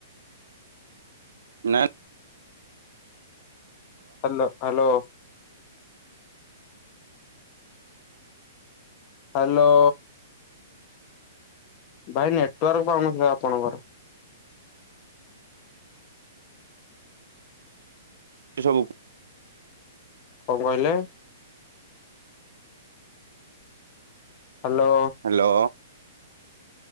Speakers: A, on the right; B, on the left.
A: ନାଁ
B: ହାଲୋ ହ୍ୟାଲୋ ହ୍ୟାଲୋ। ଭାଇ ନେଟୱାର୍କ ପାଉନଥିଲା ଆପଣଙ୍କର।
A: ସେ ସବୁକୁ
B: କଣ କହିଲେ। ହ୍ୟାଲୋ।
A: ହ୍ୟାଲୋ